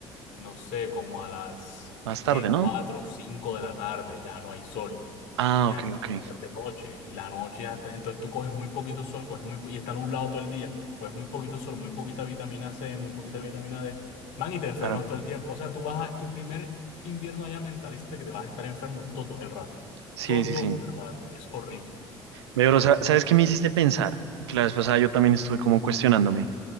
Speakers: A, on the left; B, on the right.
A: no sé, como a las,
B: más tarde,
A: ¿qué? cuatro
B: ¿no?
A: o 5 de la tarde, ya no hay sol
B: Ah,
A: ya
B: ok,
A: es
B: ok.
A: de noche y la noche hasta, entonces tú coges muy poquito sol, coges muy, po- y está nublado todo el día, coges muy poquito sol, muy poquita vitamina C, muy poquita vitamina D, man, y te enfermas
B: Claro.
A: todo el tiempo. O sea, tú vas a, tu primer invierno allá, mentalízate que te vas a estar enfermo todo el rato,
B: Sí,
A: todo
B: sí, sí.
A: el rato, es horrible.
B: Veo, pero sa- ¿sabes qué me hiciste pensar? Y que la vez pasada yo también estuve como cuestionándome.